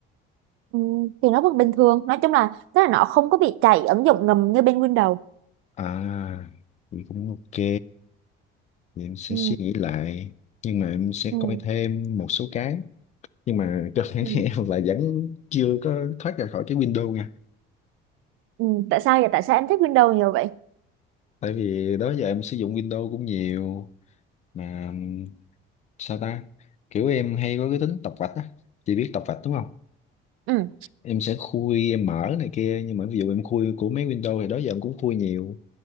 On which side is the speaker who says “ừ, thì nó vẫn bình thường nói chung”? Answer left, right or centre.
Right